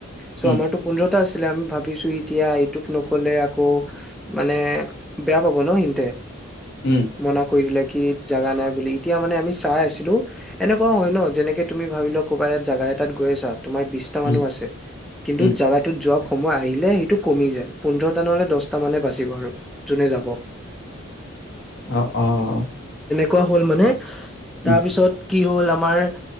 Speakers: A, in the centre; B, on the left.
A: চ'
B: উম
A: আৰটো পোন্ধ আছিলে আমি ভাবিছো এতিয়া এইটোক নকলে আকৌ মানে বেয়া পাব ন সিতে
B: উম
A: মনা কৰি লাগ কি জাগা নাই বুলি এতিয়া মানে আমি চাই আছিলো, এনেকুৱও হয় ন'যেনেকে তুমি ভাবিলোৱা ক'বাত জাগা এটাত গৈ আছা। তোমাৰ বিচটা মানুহ
B: উম
A: আছে। কিন্তু
B: উম
A: জোগাটোত যোৱা। সময় আহিলে সেইটো কমি যায়, পোন্ধৰটা নহ'লে দহটা মানে বাচিব আৰু যোনে যাব।
B: অ' অ'
A: কোৱা হ'ল মানে।
B: উম
A: তাৰপিছত। কি হ'ল আমাৰ